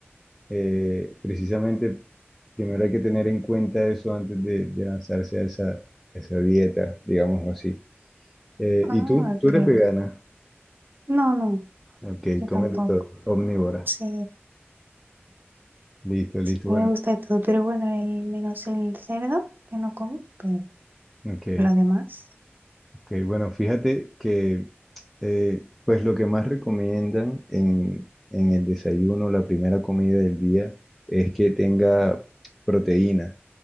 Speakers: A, in the centre; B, on the right.
A: eh, precisamente, primero hay que tener en cuenta eso antes de, de lanzarse a esa, a esa dieta, digámoslo así. Eh,
B: Ah,
A: ¿y tú? ¿Tú
B: claro.
A: eres vegana?
B: No, no,
A: Ok,
B: yo
A: cómete
B: tampoco.
A: todo, omnívora.
B: Sí.
A: Listo, listo,
B: me
A: bueno.
B: gusta de todo, pero bueno, el menos el cerdo, que no como, pero
A: Ok,
B: lo demás,
A: ok, bueno, fíjate que eh, pues lo que más recomiendan en, en el desayuno, la primera comida del día, es que tenga proteína.